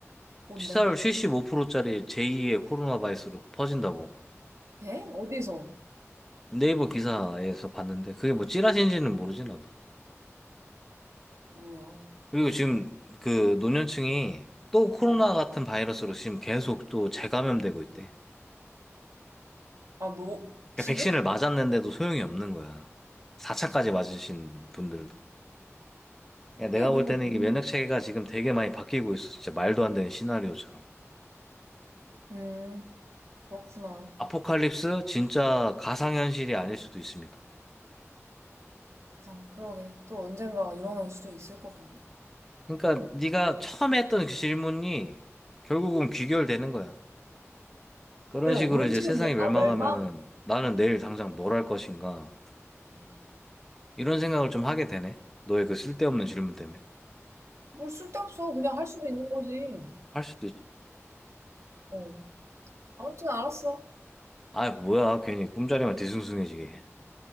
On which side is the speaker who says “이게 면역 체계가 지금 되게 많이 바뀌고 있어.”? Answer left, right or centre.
Centre